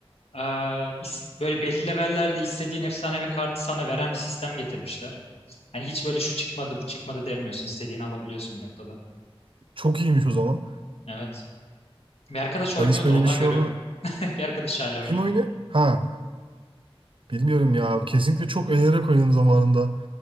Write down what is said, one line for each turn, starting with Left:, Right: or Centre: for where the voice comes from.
Left: Ee, is- böyle belli levellerde istediğin efsanevi kartı sana veren bir sistem getirmişler. Hani hiç böyle şu çıkmadı bu çıkmadı demiyorsun. İstediğini alabiliyorsun bir noktada.
Right: Çok iyiymiş o zaman.
Left: Evet. Bir arkadaş oynuyordu
Right: Ben hiç böyle
Left: ondan
Right: bir şey
Left: görüyorum.
Right: oldu.
Left: <laughs> Bir arkadaş hala oynuyor.
Right: Kim oynuyor? Ha bilmiyorum ya. Kesinlikle çok eğlenerek oynadım zamanında.